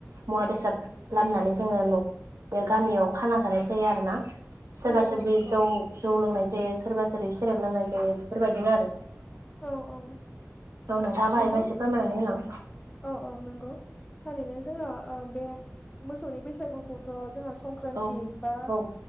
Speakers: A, on the right (about 65°); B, on the left (about 15°).
A: मुवा बेसाद लामनानै जोंङो न बे गामियाव खाना जानाय जायो आरो ना सोरबा
B: औ
A: सोरबि
B: औ नंगौ
A: जौ जौ लोंनाय जायो सोरबा सोरै सेरेब लोंनाय जायो बेफोरबायदिनो आरो
B: औ औ
A: औ नोंथाङा बाहायबा
B: नंगौ
A: एसे फोरमायनानै होलां
B: औ औ नंगौ थारैनो जोंहा बे मोसौनि बैसागुखौथ जोंहा संक्रान्ति
A: औ
B: बा
A: औ